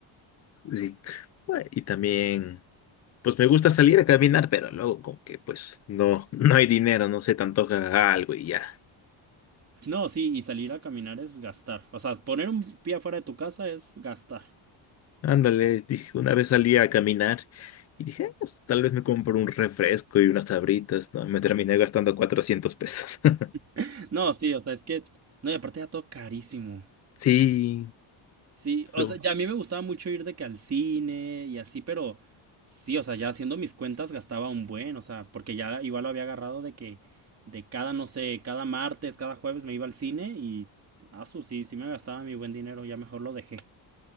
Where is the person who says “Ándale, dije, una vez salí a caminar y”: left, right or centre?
Left